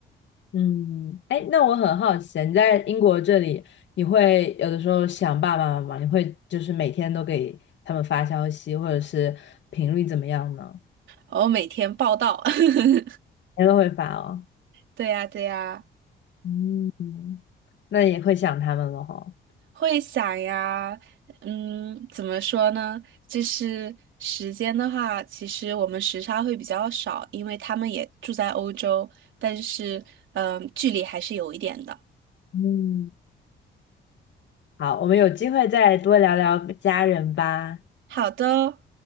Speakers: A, on the left; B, on the right.
A: 嗯，哎，那我很好奇啊，你在英国这里，你会有的时候想爸爸妈妈，你会就是每天都给他们发消息，或者是频率怎么样呢？
B: 我每天报道。<laughs>
A: 每天都会发哦。
B: 对呀，对呀。
A: 嗯，那也会想他们了哈。
B: 会想呀，嗯，怎么说呢？就是时间的话，其实我们时差会比较少，因为他们也住在欧洲，但是，嗯，距离还是有一点的。
A: 嗯，好，我们有机会再多聊聊家人吧。
B: 好的。